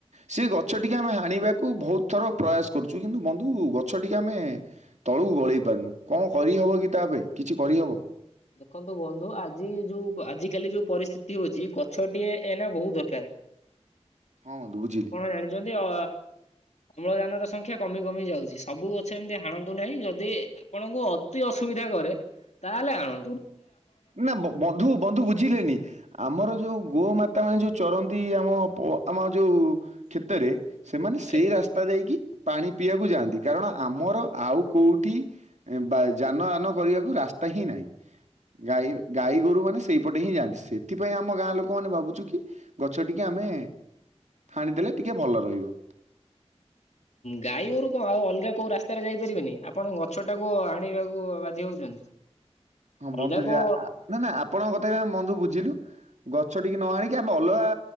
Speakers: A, on the right; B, on the left.
A: ସେ ଗଛ ଟିକେ ଆମେ ହାଣିବାକୁ ବହୁତ ଥର ପ୍ରୟାସ କରୁଛୁ, କିନ୍ତୁ କୁ ଗଛ ଟିକେ ଆମେ ତଳକୁ ଗଳେଇ ପାରୁନୁ, କଣ କରିହବ କି ତା ପାଇଁ, କିଛି କରିହବ?
B: ଦେଖନ୍ତୁ ବନ୍ଧୁ ଆଜି ଯୋଉ ଆଜି କାଲି ଯୋଉ ପରିସ୍ଥିତି ହଉଛି, ଗଛଟିଏ ଏନା ବହୁତ ଦରକାର।
A: ହଁ ବନ୍ଧୁ ବୁଝିଲି।
B: ଆପଣ ଜାଣିଛନ୍ତି ଅ ଅମ୍ଳଜାନର ସଂଖ୍ୟା କମି କମି ଯାଉଛି, ସବୁ ଗଛ ଏମିତି ହାଣନ୍ତୁ ନାହିଁ, ଯଦି ଆପଣଙ୍କୁ ଅତି ଅସୁବିଧା କରେ ତାହେଲେ ଆଣୁ
A: ନା ବନ୍ଧୁ, ବନ୍ଧୁ ବୁଝିଲେନି, ଆମର ଯୋଉ ଗୋ ମାତା ମାନେ ଯୋଉ ଚରନ୍ତି, ଆମ ଆମ ଯେଉ କ୍ଷେତରେ, ସେମାନେ ସେଇ
B: ଏ
A: ରାସ୍ତା ଦେଇକି ପାଣି ପିଇବାକୁ ଯାଆନ୍ତି, କାରଣ ଆମର ଆଉ କଉଠି ବା ଯାନଆନ କରିବାକୁ ରାସ୍ ତା ହିଁ ନାହିଁ।
B: ହ <inaudible>
A: ଗାଈ, ଗାଈ ଗୋରୁ ମାନେ ସେଇପଟେ ହିଁ ଯାଆନ୍ତି ସେଥିପାଇଁ ଆମ ଗାଁ ଲୋକମାନେ ଭାବୁଛୁ କି ଗଛ ଟିକି ଆମେ ହାଣିଦେଲେ, ଟିକେ ଭଲ ରହିବ।
B: ଗାଈ ଗୋରୁ କଣ, ଆଉ ଅଲଗା କୋଉ ରାସ୍ତାରେ ଯାଇପାରିବେନି, ଆପଣ ଗଛଟାକୁ ଆଣିବାକୁ ବାଧ୍ୟ ହଉଛନ୍ତି।
A: ହଁ
B: ଅଲଗା
A: ବନ୍ଧୁ,
B: କୋଉ
A: ଯା ନା ନା ଆପଣଙ୍କ କଥା ବି ଆମେ ବନ୍ଧୁ ବୁଝିଲୁ ଗ ଗଛଟିକି ନ ହାଣିକି ଆମେ ଅଲଗା